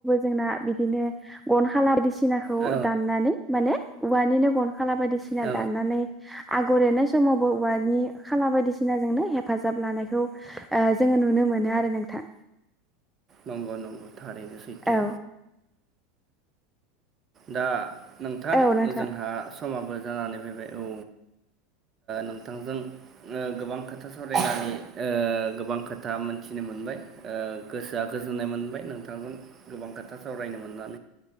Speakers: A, in the centre; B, on the right (about 30°).
A: जोंना बिदिनो गन खाला बायदिसिनाखौ
B: औ
A: दाननानै माने औवानिनो गन खाला बायदिसिना
B: औ
A: दाननानै आगर एरनाय समावबो औवानि खाला बायदिसिनाजोंनो हेफाजाब लानायखौ जोङो नुनो मोनो मोनो आरो नोंथां
B: नंगौ नंगौ थारैनो सैथो
A: औ
B: दा नोंथां
A: औ नोंथां
B: जोंहा समाबो जानानै फैबाय औ नोंथांजों गोबां खोथा सावरायनानै गोबां खोथा मोनथिनो मोन मोनबाय गोसोआ गोजोननाय मोनबाय नोंथांजों गोबां खोथा सावरायनो मोननानै